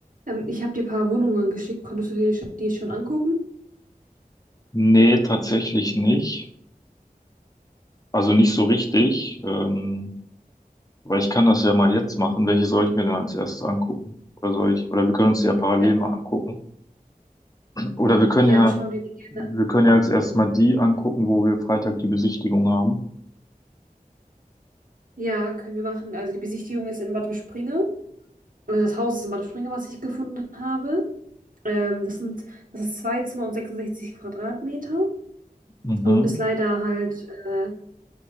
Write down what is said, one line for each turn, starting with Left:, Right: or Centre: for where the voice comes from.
Right: Ähm, ich habe dir ein paar Wohnungen geschickt. Konntest du dir schon, die schon angucken?
Left: Nee, tatsächlich nicht. Also nicht so richtig, ähm, weil ich kann das ja mal jetzt machen. Welche soll ich mir denn als erstes angucken? Oder soll ich, oder wir können uns die ja parallel
Right: Ja,
Left: mal angucken. Oder wir
Right: ja,
Left: können ja,
Right: schau dir die gerne
Left: wir
Right: an.
Left: können ja als erstes mal die angucken, wo wir Freitag die Besichtigung haben.
Right: Ja, können wir machen. Also die Besichtigung ist in Bad Springe. Also das Haus ist in Bad Springe, was ich gefunden habe. Ähm, das sind, das ist zwei Zimmer und 66 Quadratmeter
Left: Mhm,
Right: und ist leider halt äh,